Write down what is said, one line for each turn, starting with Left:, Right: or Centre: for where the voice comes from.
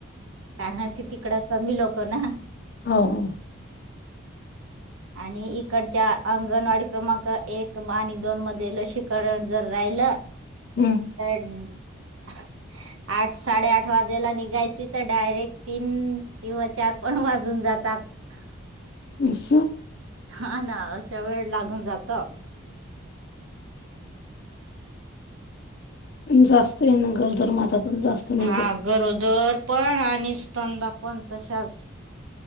Right: कारण कि तिकडं कमी लोक ना
Left: हो हो
Right: आणि इकडच्या अंगणवाडी क्रमांक एक आणि दोन मध्ये लसीकरण जर राहिलं राहिला
Left: हम्म
Right: तर आठ ' साडे आठ वाजेला निघायची, तर डायरेक्ट तीन किंवा चार पण वाजून जातात. <unintelligible>
Left: अस.
Right: हा ना अशा वेळ लागून जात.
Left: जास्त आहे ना गरोदर माता पण जास्त
Right: हा
Left: निघत
Right: गरोदर पण आणि स्तंनदा आपण तशाच